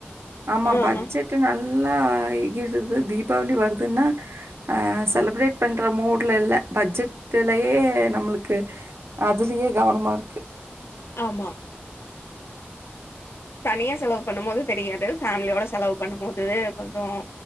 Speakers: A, on the right (about 75°); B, on the left (about 75°).
A: ஆமா
B: ஆ
A: பட்ஜெட்
B: ஆ
A: நல் <unintelligible> தீபாவளி வருதுன்னா செலப்ரேட் பண்ற மூட்ல இல்ல பட்ஜெட்லயே நம்மளுக்கு அதுலயே கவனமா இருக்கு
B: ஆமா தனியா செலவு பண்ணும் போது தெரியாது ஃபேமிலியோட செலவு பண்ணும் போது கொஞ்சம்